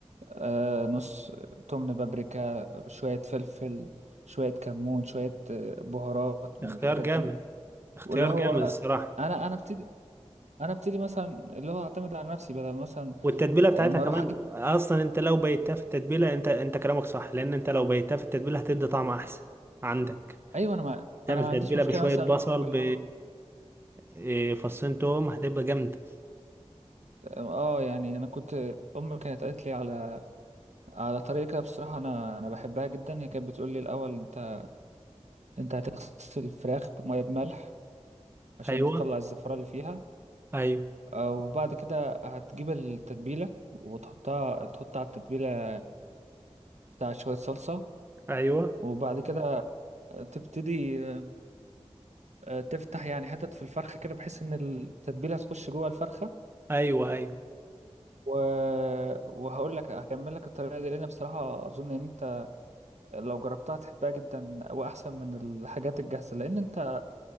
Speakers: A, on the right; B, on the right.
A: آه، نص تمن بابريكا شوية فلفل شوية كمون شوية آه، بهارات من
B: اختيار
A: الحاجات
B: جامد
A: دي
B: اختيار
A: واللي هو
B: جامد الصراحه
A: انا انا ابتدي انا ابتدي مثلا اللي هو اعتمد على نفسي بدل مثلا
B: والتتبيله بتاعتها
A: آه، ما
B: كمان
A: اروح اجيب
B: اصلا انت لو بيتها في التتبيله انت انت كلامك صح لان انت لو بيتها في التتبيله هتدي طعم احسن عندك
A: ايوه انا ما
B: تعمل
A: انا ما
B: تتبيله
A: عنديش مشكلة
B: بشويه
A: مثلا
B: بصل
A: اللي هو
B: ب
A: اللي
B: إيه، فصين توم هتبقى جامده
A: هو اه يعني انا كنت امي كانت قالت لي على على طريقة كده بصراحة أنا أنا بحبها جدا هي كانت بتقول لي الأول أنت أنت هتغسل الفراخ بمية بملح عشان
B: ايوه
A: تطلع الزفرة اللي فيها
B: ايوه
A: آه، وبعد كده هتجيب التتبيلة وتحطها تحط على التتبيلة بتاع شوية صلصة
B: ايوه
A: وبعد كده تبتدي آه، آه، تفتح يعني حتت في الفرخة كده بحيث إن التتبيلة تخش جوه الفرخة
B: ايوه ايوه
A: و... وهقول لك هكمل لك الطريقة دي لأن بصراحة أظن إن أنت لو جربتها هتحبها جدا وأحسن من الحاجات الجاهزة لأن أنت